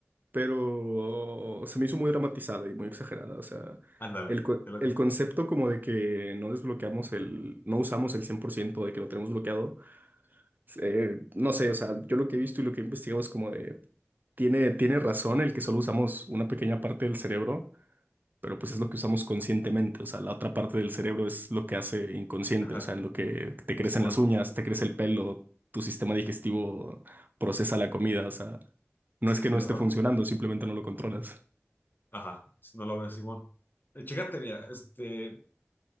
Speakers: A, on the right; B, on the left.
A: pero se me hizo muy dramatizada y muy exagerada. O sea,
B: Ándale,
A: el, co-
B: de la-
A: el concepto como de que no desbloqueamos el, no usamos el 100% de que lo tenemos bloqueado, eh, no sé, o sea, yo lo que he visto y lo que he investigado es como de, tiene, tiene razón el que solo usamos una pequeña parte del cerebro, pero pues es lo que usamos conscientemente, o sea, la otra parte del cerebro es lo que hace inconsciente,
B: ajá,
A: o sea, en lo que te crecen
B: Simón.
A: las uñas, te crece el pelo. Tu sistema digestivo procesa la comida, o sea, no
B: Sí,
A: es que
B: sí,
A: no
B: la
A: esté
B: parte,
A: funcionando, simplemente no lo controlas.
B: ajá, no lo ve Simón. Eh, Chécate, mira, este.